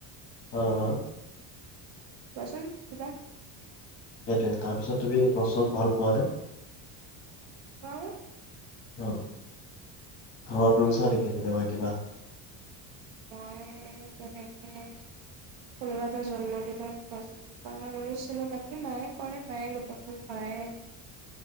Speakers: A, on the left; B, on the right.
A: হ হা
B: কোৱাচোন কিবা?
A: সেইটোৱে, তাৰপিছত তুমি গছ চছ ভাল পোৱা নে?
B: কোৱা
A: অহ। ঘৰত ৰুইছা নেকি কেতিয়াবা কিবা?
B: মই তেনেকে কোনোবা এটা জন্মদিনত গছ এজোপা ৰুইছিলোঁ বাকী মায়ে কৰে মায়ে গোটেইখন ভৰাই আহিছে।